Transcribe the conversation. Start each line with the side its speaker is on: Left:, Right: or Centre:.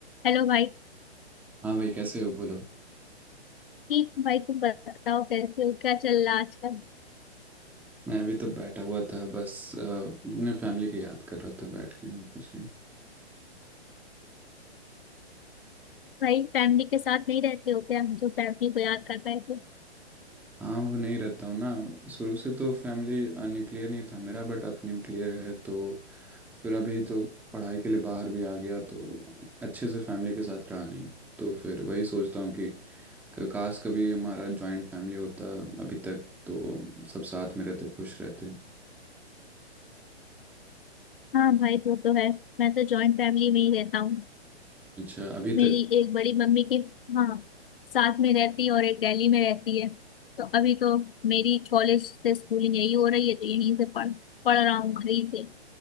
Left: Hello भाई
Centre: हाँ भाई कैसे हो बोलो
Left: ठीक भाई तुम बताओ कैसे हो क्या चल रहा है आजकल
Centre: मैं अभी तो बैठा हुआ था बस अ, अपने फैमिली की याद कर रहा था बैठ के और कुछ नहीं
Left: भाई फैमिली के साथ नहीं रहते हो क्या जो फैमिली को याद करता है तो
Centre: हाँ वो नहीं रहता हूँ ना शुरू से तो फैमिली न्यूक्लियर नहीं था मेरा बट अब न्यूक्लियर है तो फिर अभी तो पढ़ाई के लिए बाहर भी आ गया तो अच्छे से फैमिली के साथ रहा नहीं तो फिर वही सोचता हूँ कि क- काश कभी हमारा जॉइंट फैमिली होता अभी तक तो सब साथ में रहते खुश रहते
Left: हाँ भाई वो तो है मैं तो जॉइंट फैमिली में ही रहता हूँ
Centre: अच्छा अभी
Left: मेरी
Centre: तक
Left: एक बड़ी मम्मी के हाँ साथ में रहती है और एक दिल्ली में रहती है तो अभी तो मेरी कॉलेज से स्कूलिंग यही हो रही है तो यहीं से पढ़ पढ़ रहा हूँ घर ही से